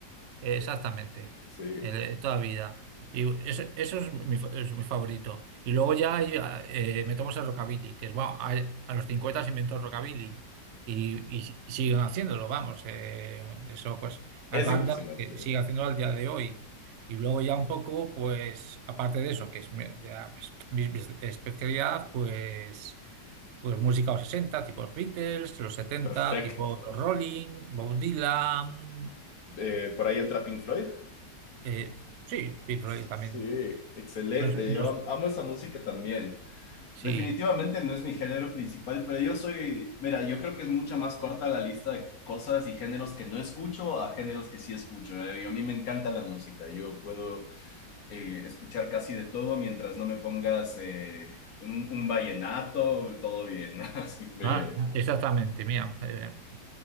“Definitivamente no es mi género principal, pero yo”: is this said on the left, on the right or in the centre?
Left